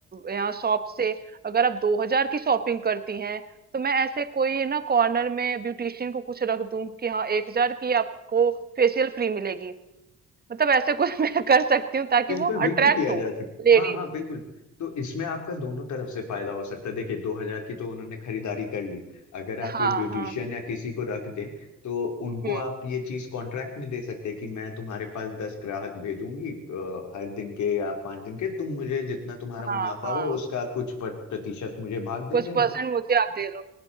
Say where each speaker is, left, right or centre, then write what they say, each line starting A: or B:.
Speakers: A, on the right; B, on the left.
A: यहाँ शॉप से अगर आप दो हजार की शॉपिंग करती हैं तो मैं ऐसे कोई ना कॉर्नर में ब्यूटिशियन को कुछ रख दूं कि हाँ एक हजार की आपको फेशियल फ्री मिलेगी मतलब ऐसे कुछ <laughs> मैं कर सकती हूँ ताकि
B: बिल्कुल
A: वो
B: बिल्कुल
A: अट्रैक्ट
B: किया
A: हो
B: जा सकता
A: लेडीज
B: हाँ हाँ बिल्कुल तो इसमें आपका दोनों तरफ से फायदा हो सकता है देखिए दो हजार की तो उन्होंने खरीदारी कर ली अगर आप
A: हाँ
B: ये ब्यूटिशियन
A: हाँ
B: या किसी को रख दें तो उनको
A: हम्म
B: आप ये चीज कॉन्ट्रैक्ट में दे सकते हैं कि मैं तुम्हारे पास दस ग्राहक भेजूंगी अ, हर दिन के या पांच दिन के तुम मुझे जितना तुम्हारा मुनाफा
A: हाँ हाँ
B: हो उसका कुछ पर- प्रतिशत मुझे भाग दे
A: कुछ
B: देना
A: परसेंट मुझे आप दे दो